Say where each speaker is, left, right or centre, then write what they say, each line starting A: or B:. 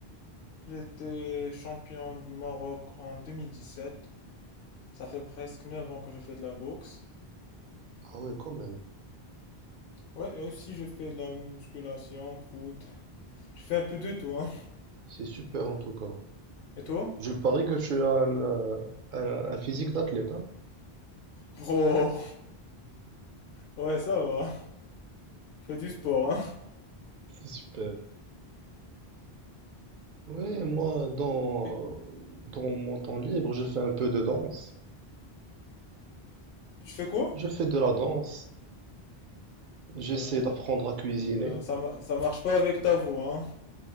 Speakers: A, on the left (about 70°); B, on the right (about 60°).
A: J'étais champion du Maroc en 2017. Ça fait presque 9 ans que je fais de la boxe.
B: Ah ouais, quand même.
A: Ouais, et aussi je fais de la musculation, foot. Je fais un peu de tout, hein.
B: C'est super en tout cas.
A: Et toi?
B: Je parie que tu as un, euh, un- un physique d'athlète, hein?
A: <laughs> Bro, ouais, ça va. Fais du sport,
B: C'est super. Ouais, moi, dans,
A: hein.
B: dans mon temps libre, je fais un peu de danse.
A: Tu fais quoi?
B: Je fais de la danse. J'essaie
A: Ben,
B: d'apprendre à cuisiner.
A: ben ça, ma- ça marche pas avec ta voix, hein.